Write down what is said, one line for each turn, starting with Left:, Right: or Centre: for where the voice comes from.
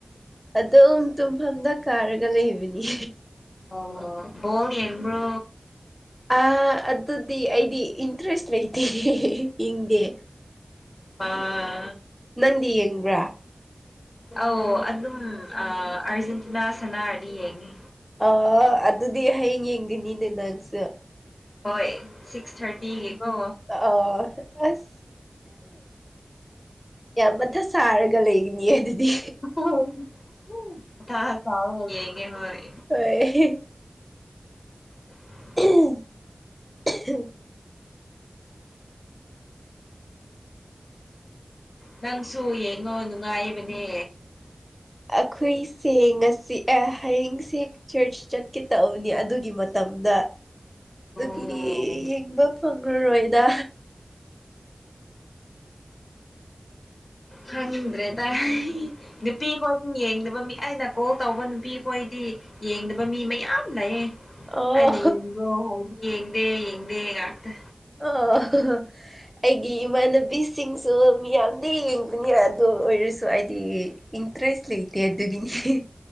Centre: ꯑꯗꯨꯝ ꯇꯨꯝꯐꯝꯗ ꯀꯥꯔꯒ ꯂꯩꯕꯅꯤ
Left: ꯑ ꯕꯣꯜ ꯌꯦꯡꯕ꯭ꯔꯣ
Centre: ꯑ ꯑꯗꯨꯗꯤ ꯑꯩꯗꯤ ꯏꯟꯇꯔꯦꯁ ꯂꯩꯇꯦ ꯌꯦꯡꯗꯦ
Left: ꯑꯥ
Centre: ꯅꯪꯗꯤ ꯌꯦꯡꯕ꯭ꯔꯥ
Left: ꯑꯧ ꯑꯗꯨꯝ ꯑꯥꯔꯖꯦꯟꯇꯤꯅꯥ ꯁꯅꯥꯔꯗꯤ ꯌꯦꯡꯉꯤ
Centre: ꯑ ꯑꯗꯨꯗꯤ ꯍꯌꯦꯡ ꯌꯦꯡꯒꯅꯤꯅꯦ ꯅꯪꯁꯨꯦ
Left: ꯍꯣꯏ ꯁꯤꯛꯁ ꯊꯥꯔꯇꯤꯒꯤꯀꯣ
Centre: ꯑꯧ ꯑꯁ ꯌꯥꯝ ꯃꯊꯥ ꯁꯥꯔꯒ ꯂꯩꯒꯅꯤꯌꯦ ꯑꯗꯨꯗꯤ
Left: <unintelligible> ꯃꯊꯥ ꯁꯥꯔꯒ ꯌ‌ꯦꯡꯉ‌ꯦ ꯍꯣꯏ
Centre: ꯍ‌ꯣꯏ
Left: <inaudible>
Centre: <inaudible>
Left: ꯅꯪꯁꯨ ꯌꯦꯡꯉꯣ ꯅꯨꯡꯉꯥꯏꯕꯅꯦ
Centre: ꯑꯩꯈꯣꯏꯁꯤ ꯉꯁꯤ ꯑ ꯍꯌꯦꯡꯁꯦ ꯆꯔꯆ ꯆꯠꯀꯦ ꯇꯛꯕꯅꯤ ꯑꯗꯨꯒꯤ ꯃꯇꯝꯗ
Left: ꯑꯣ
Centre: ꯑꯗꯨꯒꯤ ꯌꯦꯡꯕ ꯐꯪꯉꯔꯣꯏꯗ
Left: ꯈꯪꯗ꯭ꯔꯦꯗ ꯅꯨꯄꯤ ꯍꯣꯏ ꯄ ꯌꯦꯡꯗꯕ ꯃꯤ ꯑꯩꯅ ꯀꯣꯜ ꯇꯧꯕ ꯅꯨꯄꯤꯈꯣꯏꯗꯤ ꯌꯦꯡꯗꯕ ꯃꯤ ꯃꯌꯥꯝ ꯂꯩ
Centre: ꯑꯣ
Left: ꯑꯩꯅ ꯌꯦꯡꯕ꯭ꯔꯣ ꯍꯥꯏꯗꯤ ꯌꯦꯡꯗꯦ ꯌꯦꯡꯗꯦ ꯉꯥꯛꯇ
Centre: ꯑꯣ ꯑꯩꯒꯤ ꯏꯃꯥꯟꯅꯕꯤꯁꯤꯡꯁꯨ ꯃꯤꯌꯥꯝꯗꯤ ꯌꯦꯡꯕꯅꯤ ꯑꯗꯨ ꯑꯣꯏꯔꯁꯨ ꯑꯩꯗꯤ ꯏꯟꯇꯔꯦꯁ ꯂꯩꯇꯦ ꯑꯗꯨꯒꯤꯅꯤ